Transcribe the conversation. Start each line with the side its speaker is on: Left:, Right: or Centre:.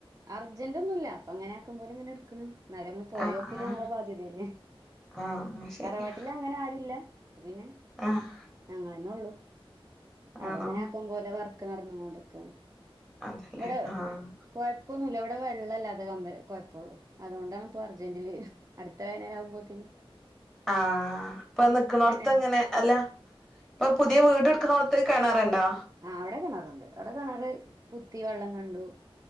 Right: അർജന്റൊന്നുല്ല അപ്പൊ അങ്ങനെ ആക്കും പോല അങ്ങനെ എടുക്കണ് <unintelligible> പോയോക്കില്ല്
Centre: ആഹ് ആഹ്
Right: ഞങ്ങളെ ബാധ്യതയല്ലേ
Centre: ആഹ് ശരിയാ
Right: തറവാട്ടില് അങ്ങനെ ആരുല്ല അപ്പൊപിന്നെ
Centre: ആഹ്
Right: ഞങ്ങന്നെ ഉള്ളൂ അതങ്ങനെ
Centre: ആണോ
Right: ആക്കും പോലെ വർ ക്കെ നടന്ന് പോണ്ടങ്ങ് നിക്കാണ്
Centre: അതല്ലേ
Right: ഇവിടെ
Centre: ആഹ്
Right: കൊ ഇപ്പൊന്നുല്ല ഇവിടെ വെള്ളല്ലാതെ ക കുഴപ്പുള്ളൂ അതുകൊണ്ടാണ് ഇപ്പൊ അർജന്റീല് അടുത്തനെ ങ്ങനാവുമ്പോത്തിന്
Centre: ആഹ് ഇപ്പൊ നിക്കണോർത്ത്
Right: വേനെ
Centre: ഇങ്ങനെ അല്ല ഇപ്പൊ പുതിയ വീട് ട്ക്ക്ന്നോർത്ത് കെണറുണ്ടോ?
Right: ആഹ് അവിടെ കിണറുണ്ട് അവിടെ കിണറ് കുത്തി വെള്ളം കണ്ടു.